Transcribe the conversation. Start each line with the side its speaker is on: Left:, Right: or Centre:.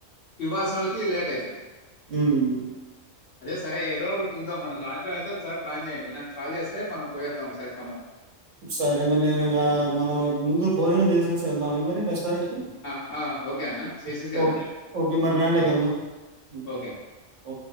Left: ఇవ్వాల్సినోల్లకి లేట్ అయితది
Right: ఉమ్
Left: అదే సరే ఏదో ఒకటి చూద్దాం మనం సాయంత్రం అయితే ఒకసారి ప్లాన్ చేయండి నాకు కాల్ చేస్తే మనం పోయొద్దాం ఒకసారి కమ్మం
Right: సరే మరి నేను ఇగ మనం ముందు భోజనం చేసేసి వెళ్దాం మరి రెస్టారెంట్
Left: ఆ ఆ ఓకే అన్న చేసేసి వెళ్దాం
Right: ఓకే.
Left: లే
Right: ఓకే. మరి రాండి
Left: ఓకే
Right: ఇగెళ్దాం. హ్మ్.
Left: ఓకే అన్
Right: ఓకే.